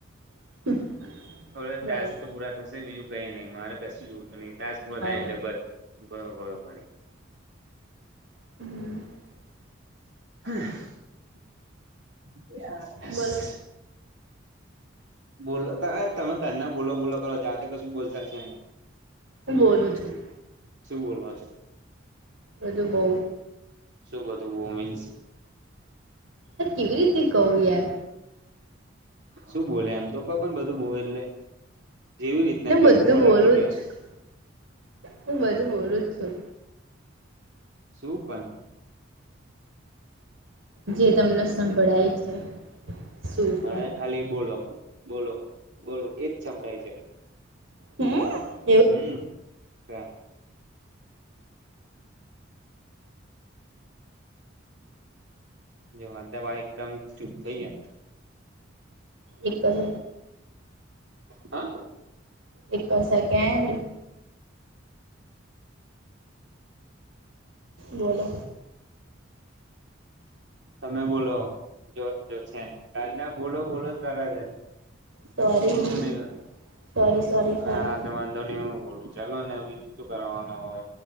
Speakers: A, on the right; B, on the right.
A: <unintelligible>
B: અવે તાસ
A: બોલો
B: તો પૂરા થશે બીજું કઈ ની મારે કશું જોતું ની તાસ પૂરા
A: હા
B: થાય એટલે બત બરો બરો ફરી
A: <unintelligible>
B: <unintelligible>
A: બોલો
B: બોલો તાઆ તમે ક્યાનાં બોલો બોલો કરો જાતે કશું બોલતા છે નઇ
A: ઉમ બોલું છું.
B: શું બોલવા છો?
A: બધું બોઉ
B: શું બધું બો મીન્સ
A: એ કેવી રીતે કઉ યાર
B: શું બોલ્યા એમ તો કપ માનું બધું બો એટલે જેવી રીતના
A: એટલે હું
B: કેવ
A: બધું
B: મોળાથી
A: બોલું
B: કેવ
A: જ છું હું બધું બોલું જ છું.
B: સૂપન
A: જે તમને સંભળાય છે. સુપર
B: મને ખાલી બોલો બોલો બોલો એજ સંભળાય છે.
A: હમ્મ
B: હમ્મ ત જો હ દવા એકદમ ચુપ થઈ જયા
A: એક કજાર
B: હા
A: એક સેકન્ડ બોલો
B: તમે બોલો જો જો છે કા ના બોલો બોલો જ કરા છે. પછું
A: સોરી
B: બોલવું નહી
A: સોરી સોરી
B: હ
A: સોરી
B: <unintelligible> તો નહી હું બોલું ચાલો ને એી શું કરવાનું હવે